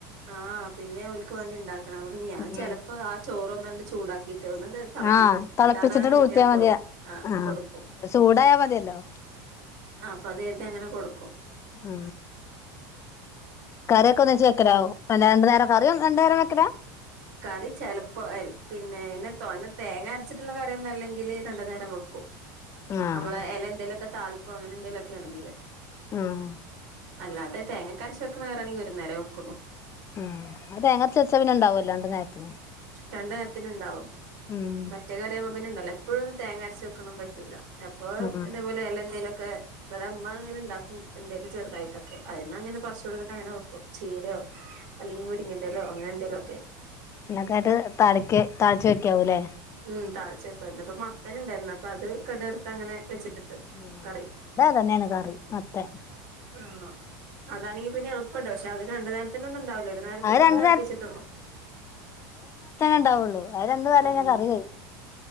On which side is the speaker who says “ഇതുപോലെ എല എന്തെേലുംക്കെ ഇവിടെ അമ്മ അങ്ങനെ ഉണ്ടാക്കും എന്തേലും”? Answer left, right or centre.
Right